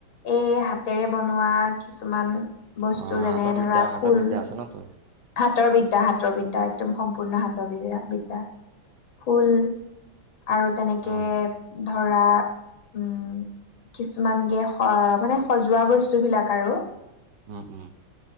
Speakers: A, on the left; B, on the right.
A: এই হাতেৰে বনোৱা কিছুমান বস্তু
B: অঁ
A: যেনে
B: হাতৰ বিদ্যা
A: ধৰা
B: হাতৰ
A: ফুল
B: বিদ্যা আছে ন তোৰ
A: হাতৰ বিদ্যা- হাতৰ বিদ্যা একদম সম্পূৰ্ণ হাতৰ বি -বিদ্যা। ফুল আৰু তেনেকে
B: অঁ অঁ
A: ধৰা উম, কিছুমান গে অহ মানে সজোৱা বস্তু বিলাক আৰু।
B: উম উম।